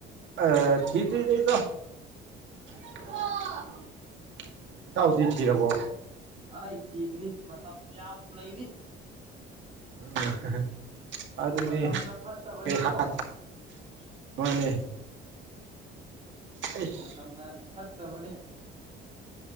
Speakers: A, on the right; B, on the right.
A: ꯑ ꯊꯗꯔ꯭ꯤꯗ ꯏꯇꯥꯎ
B: ꯑꯣ
A: ꯏꯇꯥꯎꯗꯤ ꯊꯤꯔꯕꯣ
B: ꯑꯩ ꯊꯤꯗ꯭ꯔꯤ ꯃꯇꯝ ꯌꯥꯝ ꯂꯩꯔꯤ
A: ꯎꯝ ꯑꯗꯨꯅꯤ
B: ꯃꯇꯝꯅ ꯐꯠꯇꯕꯅꯤꯀꯣ
A: ꯀꯩ <unintelligible> ꯃꯥꯅꯦ ꯑꯩꯁ
B: ꯃꯥꯇꯝꯅ ꯐꯠꯇꯕꯅꯦ